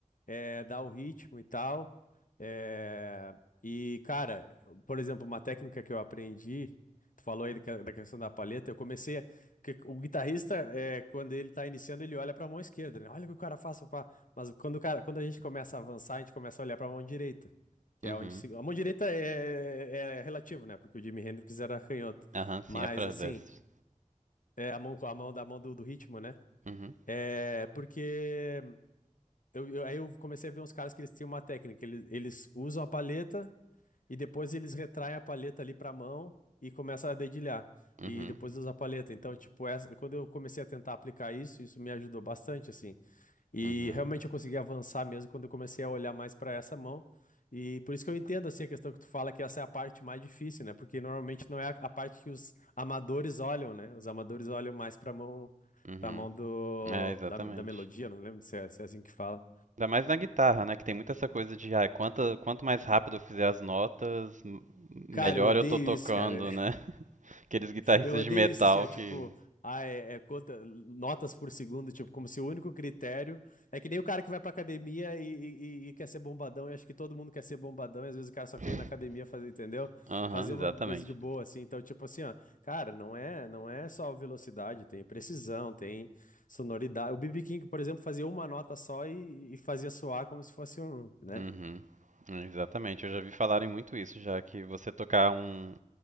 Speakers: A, on the left (about 80°); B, on the right (about 70°).
A: é, dar o ritmo e tal. É, e, cara, por exemplo, uma técnica que eu aprendi, tu falou aí da que- da questão da palheta, eu comecei, a- que o guitarrista, é, quando ele tá iniciando, ele olha pra mão esquerda, né? Olha o que o cara faz, pá. Mas quando o cara, quando a gente começa a avançar, a gente começa a olhar pra mão direita, que
B: uhum.
A: é onde se- a mão direita é, é é relativo, né? Porque o Jimi Hendrix era canhoto.
B: Aham, sim,
A: Mas,
B: é pra
A: assim,
B: desks.
A: é a mão, a mão da mão do do ritmo, né?
B: Uhum,
A: É porque eu, eu- aí eu comecei a ver uns caras que eles têm uma técnica. Eles, eles usam a paleta e depois eles retraem a paleta ali pra mão e começam a dedilhar.
B: uhum,
A: E depois usa a paleta. Então, tipo, essa, quando eu comecei a tentar aplicar isso, isso me ajudou bastante, assim. E
B: uhum,
A: realmente eu consegui avançar mesmo quando eu comecei a olhar mais pra essa mão. E por isso que eu entendo, assim, a questão que tu fala que essa é a parte mais difícil, né? Porque normalmente não é a, a parte que os amadores olham, né? Os amadores olham mais pra mão,
B: uhum.
A: pra mão do,
B: É, exatamente.
A: da, da melodia, não lembro se é se é assim que fala.
B: Ainda mais na guitarra, né? Que tem muito essa coisa de, ah, quanto, quanto mais rápido eu fizer as notas, m- melhor
A: Cara, eu odeio
B: eu tô tocando,
A: isso, cara. <laughs>
B: né? <laughs> Aqueles guitarristas
A: Eu odeio
B: de metal
A: isso, assim, ó, tipo,
B: que.
A: ah, é, é conta- notas por segundo, tipo, como se o único critério. É que nem o cara que vai pra academia e, e- e- e quer ser bombadão, eu acho que todo mundo quer ser bombadão, e às vezes o cara só
B: <laughs>
A: quer ir na academia fazer, entendeu?
B: Aham,
A: Fazer
B: exatamente.
A: uma coisa de boa, assim. Então, tipo assim, ó, cara, não é, não é só velocidade, tem precisão, tem sonoridade. O B.B. King, por exemplo, fazia uma nota só e, e fazia soar como se fosse um, né?
B: Uhum. Hum, Exatamente, eu já vi falarem muito isso, já que você tocar um,